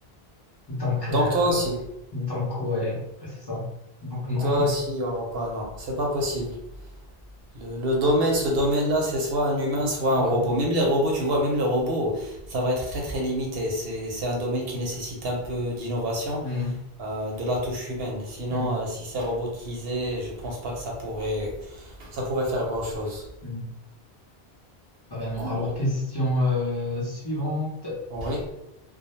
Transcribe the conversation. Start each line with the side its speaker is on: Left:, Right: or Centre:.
Left: Donc,
Right: Donc
Left: euh,
Right: toi aussi.
Left: donc ouais, c'est ça. Donc non.
Right: Toi
Left: <laughs>
Right: aussi, il n'y aura pas, non. C'est pas possible. Le, le domaine, ce domaine-là, c'est soit un humain, soit
Left: Ouais.
Right: un robot. Même les robots, tu vois, même les robots, ça va être très très limité. C'est, c'est un domaine qui nécessite un peu d'innovation,
Left: Hmm.
Right: euh, de la touche humaine. Sinon,
Left: Hmm,
Right: euh, si c'est robotisé, je pense pas que ça pourrait, ça pourrait faire grand-chose.
Left: hmm, Vraiment.
Right: Mais
Left: Alors,
Right: bon,
Left: question euh, suivante.
Right: oui.